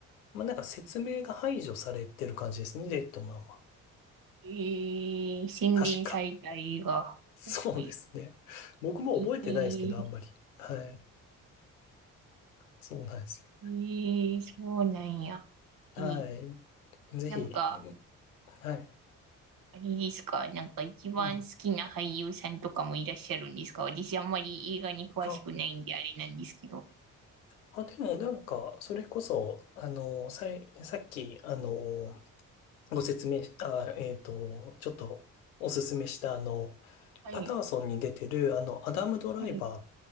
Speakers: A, on the left; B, on the right.
A: まあなんか説明が排除されてる感じですね、レッドマンは。
B: い。えー、洗練された映画。
A: 確か。そうですね。
B: はい。
A: 僕も覚えてないですけど、
B: えー、
A: あんまり。はい。そうなんです
B: えー、そうなんや。
A: よ。
B: えー、
A: はい。ぜひ。
B: なんか、
A: はい。
B: あれですか、なんか一番好きな俳優さんとかもいらっしゃるんですか私あんまり映画に詳しくないんであれなんですけど。
A: うん。あ、あ、でもなんか、それこそ、あの、さい、さっき、あの、ご説明し、あ、えっと、ちょっとおすすめしたあの、
B: はい。
A: パターソンに出てるあの、アダム・ドライバ
B: はい。